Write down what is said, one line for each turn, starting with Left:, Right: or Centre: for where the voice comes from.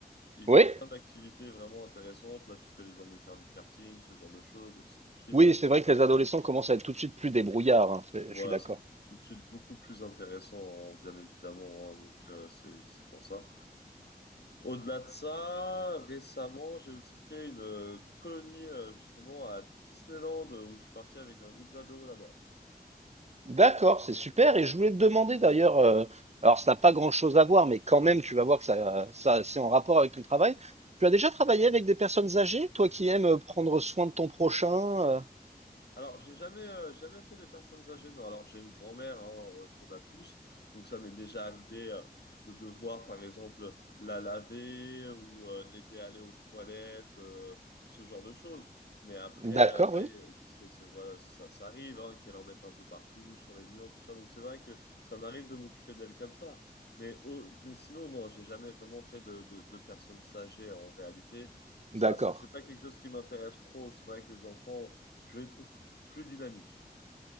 Left: Ils
Right: Oui.
Left: font plein d'activités vraiment intéressantes. Là, tu peux les emmener faire du karting, ce genre de choses. Donc, c'est tout de suite.
Right: Oui,
Left: euh,
Right: c'est vrai que les adolescents commencent à être tout de suite plus débrouillards, hein, c'est-
Left: Voilà,
Right: je suis d'accord.
Left: c'est tout, tout de suite beaucoup plus intéressant, hein, bien évidemment. hein, donc euh, c'est c'est pour ça. Au-delà de ça, récemment, j'ai aussi fait une euh, colonie euh, justement à Disneyland euh, où je suis parti avec un groupe d'ados là-bas.
Right: D'accord, c'est super. Et je voulais te demander d'ailleurs, euh, alors ça n'a pas grand-chose à voir, mais quand même, tu vas voir que ça, ça, c'est en rapport avec ton travail. Tu as déjà travaillé avec des personnes âgées, toi qui aimes euh, prendre soin de ton prochain? euh
Left: Alors, j'ai jamais, euh, jamais fait des personnes âgées. Non, alors j'ai une grand-mère hein, euh, qu'on a tous, donc ça m'est déjà arrivé euh, de devoir, par exemple, la laver ou euh, l'aider à aller aux toilettes, euh, ce genre de choses. Mais après,
Right: D'accord,
Left: euh,
Right: oui.
Left: d'ailleurs, c'est, c'est- voilà, ça, ça arrive hein, qu'elle en mette un peu partout, sur les murs, tout ça. Donc c'est vrai que ça m'arrive de m'occuper d'elle comme ça. Mais, au- mais sinon, non, j'ai jamais vraiment fait de, de, de personnes âgées en réalité. Ça,
Right: D'accord.
Left: c'est c'est pas quelque chose qui m'intéresse trop. C'est vrai que les enfants je les trouve plus dynamique.